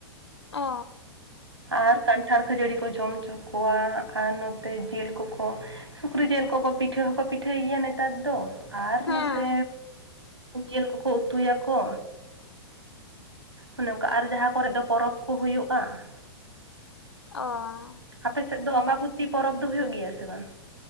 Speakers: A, on the left (about 75°); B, on the right (about 80°).
A: ᱚ
B: ᱟᱨ ᱠᱟᱱᱴᱷᱟᱲ ᱠᱷᱟᱹᱡᱟᱹᱲᱤ ᱠᱚ ᱡᱚᱢ ᱦᱚᱪᱚ ᱠᱚᱣᱟ ᱟᱨ ᱱᱚᱛᱮ ᱡᱤᱞ ᱠᱚᱠᱚ ᱥᱩᱠᱨᱤ ᱡᱮᱞ ᱠᱚᱠᱚ ᱯᱤᱴᱷᱟᱹ ᱦᱚᱸᱠᱚ ᱯᱤᱴᱷᱟᱹᱭ ᱜᱮᱭᱟ ᱱᱮᱛᱟᱨ ᱫᱚ ᱟᱨ
A: ᱦᱮᱸ
B: ᱱᱚᱛᱮ ᱡᱮᱞ ᱠᱚᱠᱚ ᱩᱛᱩᱭᱟᱠᱚ ᱚᱱᱮ ᱚᱸᱠᱟ ᱟᱨ ᱡᱟᱦᱟᱸ ᱠᱚᱨᱮ ᱫᱚ ᱯᱚᱨᱚᱵᱽ ᱠᱚ ᱦᱩᱭᱩᱜᱼᱟ᱾
A: ᱚᱻ
B: ᱟᱯᱮ ᱥᱮᱫ ᱫᱚ ᱟᱸᱵᱟᱵᱩᱛᱤ ᱯᱚᱨᱚᱵᱽ ᱫᱚ ᱦᱩᱭᱩᱜ ᱜᱮᱭᱟ ᱥᱮ ᱵᱟᱝ